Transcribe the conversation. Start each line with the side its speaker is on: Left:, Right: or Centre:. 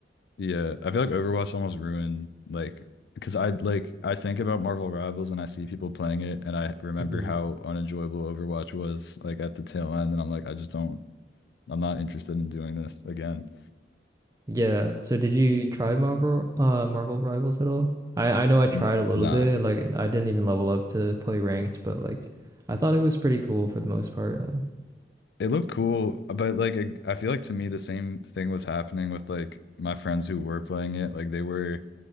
Left: Yeah, I feel like Overwatch almost ruined like because I like I think about Marvel Rivals and I see people playing it and I remember
Right: hmm
Left: how unenjoyable Overwatch was like at the tail end and I'm like I just don't I'm not interested in doing this again.
Right: Yeah. So did you try Marvel uh Marvel Rivals at all? I I know I tried
Left: N-
Right: a little
Left: Nah.
Right: bit. Like I didn't even level up to play ranked, but like I thought it was pretty cool for the most part. Uh,
Left: It looked cool, but like I I feel like to me the same thing was happening with like my friends who were playing it. Like they were